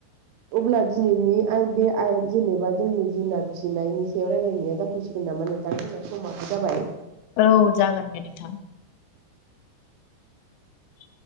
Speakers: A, on the right (about 80°); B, on the left (about 85°).
A: अब्ला दिनैनि आरो बे ए जेनेबा जोंनि जुनार फिसिनायनि सायाव रायलायनाया जाथसिगोन नामा नोंथां जोंहा समाबो जाबाय
B: औ जागोन दे नोंथां। <inaudible>